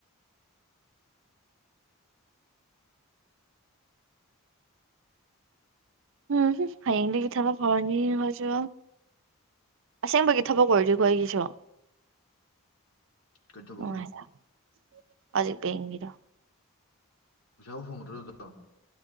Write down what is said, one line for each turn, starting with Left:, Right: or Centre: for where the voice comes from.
Right: ꯎꯝꯍꯨꯝ ꯍꯌꯦꯡꯗꯒꯤ ꯊꯕꯛ ꯍꯧꯔꯅꯤ ꯑꯩꯈꯣꯏꯁꯨ ꯑꯁꯦꯡꯕꯒꯤ ꯊꯕꯛ ꯑꯣꯏꯗꯣꯏꯀꯣ ꯑꯩꯒꯤꯁꯨ
Left: ꯀꯩ ꯊꯕꯛꯅꯣ
Right: <unintelligible> ꯍꯧꯖꯤꯛ ꯄꯦꯡꯈꯤꯗꯣ
Left: ꯄꯩꯁꯥꯕꯨ ꯐꯪꯒꯗ꯭ꯔꯣ ꯑꯗꯨꯗꯣ